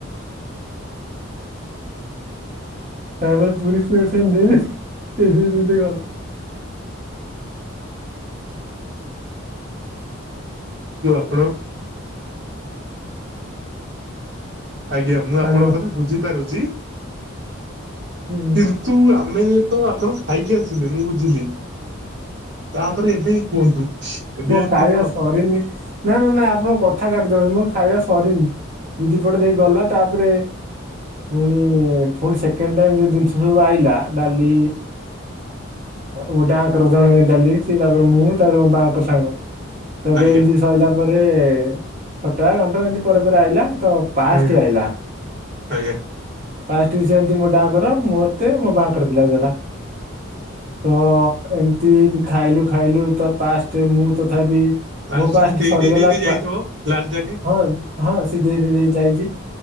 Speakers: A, on the right; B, on the right.
A: ତାପରେ ପୁରୀ ସେମିତି <unintelligible> ଦେଇ ଦେଇ ଗଲା।
B: ମୁଁ ଆପଣ ଆଜ୍ଞା ମୁଁ ଆପଣଙ୍କ
A: ହ୍ୟାଲୋ
B: କଥା ବୁଝିପାରୁଚି।
A: ହୁଁ
B: କିନ୍ତୁ ଆମେ ତ ଆପଣ ଖାଇକି ଆସିଲେ ମୁଁ ବୁଝିଲି। ତାପରେ ଏବେ କୁହନ୍ତୁ। ଏବେ
A: ମୋ
B: ଆପଣ
A: ଖାଇବା
B: କଣ
A: ସରିନି। ନାଁ -ନାଁ -ନାଁ ଆପଣ କଥା କାଟି ଦୌଛନ୍ତି, ମୋ ଖାଇବା ସରିନି ଦିଦି ପଟେ ଦେଇ ଗଲା ତାପରେ ପୁଣି ପୁଣି ସେକେଣ୍ଡ୍ ଟାଇମ୍ ଯୋଉଁ ଜିନିଷ ସବୁ ଆଇଲା ଡାଲି। ଗୋ ହାତରୁ ଜଣେ ଡାଲି ତାପରେ ମୁଁ ତାପରେ ମୋ ବାଁ କର ସାଙ୍ଗ। ତାପରେ
B: ଆଜ୍ଞା
A: ଏମତି ସରିଲା ପରେ ଖଟା, ଘାଣ୍ଟ ଏମିତି ପରେ ପରେ ଆଇଲା ତ ପାଶଟି
B: ଆଜ୍ଞା
A: ଆଇଲା
B: ଆଜ୍ଞା
A: ପାଶଟିକି ସେମିତି ମୋ ଡାଙ୍କର ମତେ ମୋ ବାଙ୍କର ବୁଲାଇ ଦେଲା ତ ଏମତି ଖାଇଲୁ ଖାଇଲୁ ତ ପାସ ଯେ ମୁଁ ତଥାପି
B: ପାସ୍
A: ମୋ
B: ଯେମିତି
A: ପାସଟି
B: ଦେଇ
A: ସରିଗଲା
B: ଦେଇ ଦେଇ ଦେଇ ଯାଇଥିବ
A: ପା
B: ଲାଷ୍ଟ ଯାକେ।
A: ହଁ ହଁ ସେ ଧୀରେ ଧୀରେ ଯାଇଛି